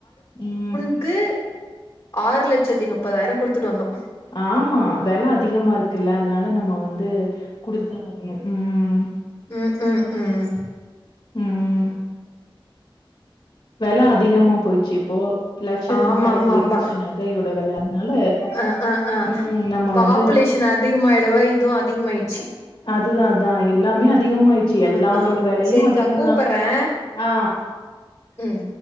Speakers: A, on the left; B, on the left.
A: ம்
B: க்கு ஆறு லட்சத்தி நுப்பதாயிரோ குடுத்துட்டு வந்தோ
A: ஆமா வெல அதிகமா இருக்குல்ல அதனால நம்ம வந்து குடுத்துதா ஆகனு ம்
B: ம் ம் ம்
A: ம். வெல அதிகமா போயிடுச்சு இப்போ. லட்சத்துக்கு
B: ஆமாமம்மா
A: மேல போயிருச்சு நகையோட வெல. அதனால
B: அ அ அ
A: ம் நம்ம
B: பாப்புலேஷன்
A: வந்து
B: அதிகமாயிடுவ இதுவு அதிகமாய்டுச்சு
A: அதுதா அதா எல்லாமே அதிகமாயிடுச்சு
B: ஆ
A: எல்லாத்தோட
B: ஆ
A: வெலையு
B: செரிக்கா
A: அதிகந்தா
B: கூப்பர்றே
A: ஆ
B: ம்